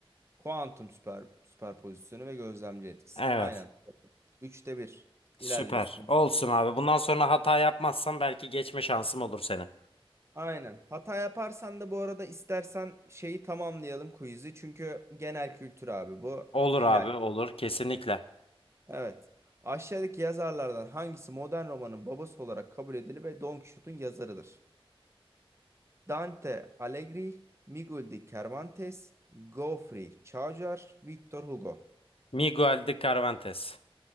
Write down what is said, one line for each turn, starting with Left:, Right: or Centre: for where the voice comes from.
Right: Kuantum süper, süperpozisyonu ve gözlemci etkisi
Left: Evet.
Right: Aynen. Üçte bir.
Left: Süper.
Right: İlerliyorsun.
Left: Olsun abi. Bundan sonra hata yapmazsam belki geçme şansım olur seni.
Right: Aynen. Hata yaparsan da bu arada istersen şeyi tamamlayalım quiz'i. Çünkü genel kültür abi bu.
Left: Olur
Right: İlla
Left: abi olur. Kesinlikle.
Right: Evet. Aşağıdaki yazarlardan hangisi modern romanın babası olarak kabul edilir ve Don Quixote'un yazarıdır? Dante Alighieri, Miguel de Cervantes, Geoffrey Chaucer, Victor Hugo.
Left: Miguel de Cervantes.